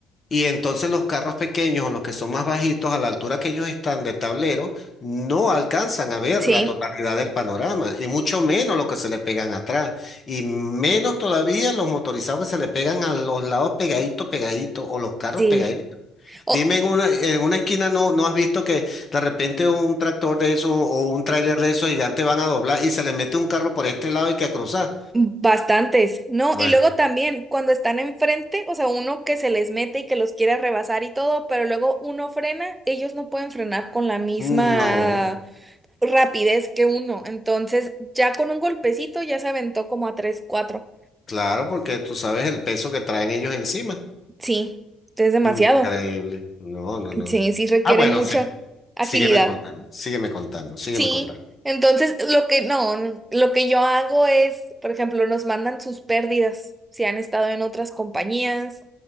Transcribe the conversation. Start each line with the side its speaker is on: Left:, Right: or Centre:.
Left: Y entonces los carros pequeños o los que son más bajitos, a la altura que ellos están de tablero, no alcanzan a ver
Right: sí,
Left: la totalidad del panorama, y mucho menos lo que se le pegan atrás, y menos todavía los motorizados que se le pegan a los lados pegadito, pegadito, o los carros
Right: sí.
Left: pegaditos.
Right: Oh,
Left: Dime, en una, en una esquina no, no has visto que de repente un tractor de eso o un tráiler de esos gigantes van a doblar y se le mete un carro por este lado y que a cruzar.
Right: bastantes, ¿no?
Left: Bueno,
Right: Y luego también cuando están enfrente, o sea, uno que se les mete y que los quiere rebasar y todo, pero luego uno frena, ellos no pueden frenar con la misma
Left: no,
Right: rapidez que uno. Entonces, ya con un golpecito ya se aventó como a 3 cuatro,
Left: claro, porque tú sabes el peso que traen ellos encima.
Right: Sí, es demasiado.
Left: Increíble. No, no, no.
Right: Sí, sí requiere
Left: Ah, bueno,
Right: mucha
Left: sí.
Right: agilidad.
Left: Sígueme contando, sígueme contando, sígueme
Right: Sí.
Left: contando.
Right: Entonces, lo que no, no, lo que yo hago es, por ejemplo, nos mandan sus pérdidas, si han estado en otras compañías